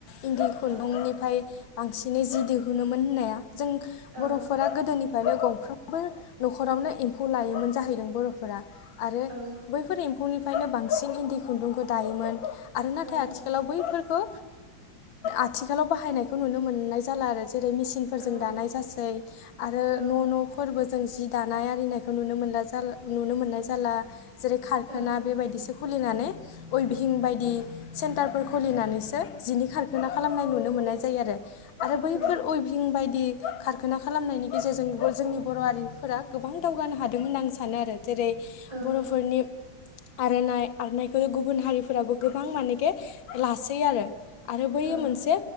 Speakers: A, on the left (about 80°); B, on the right (about 60°).
A: इन्दि खुन्दुंनिफ्राय
B: औ
A: बांसिनै जि दिहुनोमोन होननाया जों
B: औ
A: बर'फोरा गोदोनि गंफ्रामबो न'खरावनो एम्फौ लायोमोन जाहैदों बर'फोरा आरो
B: औ
A: बैफोर एम्फौनिफ्रायनो बांसिन इन्दि खुन्दुंखौ दायोमोन आरो नाथाय
B: औ
A: आथिखालाव बैफोरखौ आथिखालाव बाहायनायखौ नुनो मोननाय जाला आरो ज जेरै मेसिनफोरजों
B: औ
A: दानाय जासै आरो
B: औ
A: न' न'फोरबो जों जि दानाय आरिनायखौ नुनो मोनला जा नुनो मोननाय जाला जेरै खारखाना
B: औ
A: बेबायदिसो खुलिनानै उइभहिं बायदि सेन्टारफोर खुलिनानैसो जिनि खारखाना खालामनाय नुनो मोन- -मोनाय जायो आरो बैफोर
B: औ
A: ऐभिं बा दि खारखाना खालामनायनि गेजेरजों जोंनि बर' हारिफोरा गोबां दावगानो हादों होनना आं सानो आरो जेरै
B: औ
A: बर'फोरनि आर'नाइ आरनायखौ गुबुन हारिफोराबो गोबां मानेखे लासै आरो आरो बै
B: औ
A: मोनसे